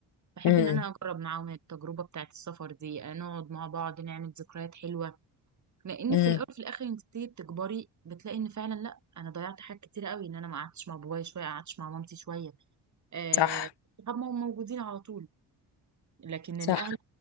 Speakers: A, on the right (about 35°); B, on the left (about 60°).
A: بحب
B: امم
A: ان انا اجرب معاهم التجربه بتاعت السفر دي نقعد مع بعض نعمل ذكريات حلوه لان
B: امم
A: في الاول في الاخر انت بتيجي بتكبري بتلاقي ان فعلا لا انا ضيعت حاجات كتير قوي ان انا ما قعدتش مع بابايا شويه قعدتش مع مامتي شويه آه،
B: صح
A: الصحاب ما هم موجودين على طول لكن
B: صح
A: الاهل